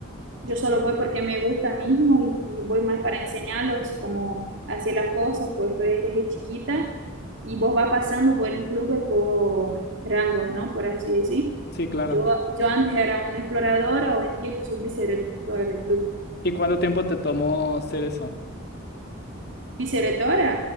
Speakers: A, on the right (about 60°); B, on the left (about 50°).
A: Yo solo voy porque me gusta mismo y voy más para enseñarlos cómo hacer las cosas, pues estoy desde chiquita y vos vas pasando por el club por rangos, ¿no? Por así decir.
B: Sí, claro.
A: Yo, yo antes era una exploradora, hoy en día yo soy vicerectora del club.
B: ¿Y cuánto tiempo te tomó hacer eso?
A: Vicerectora,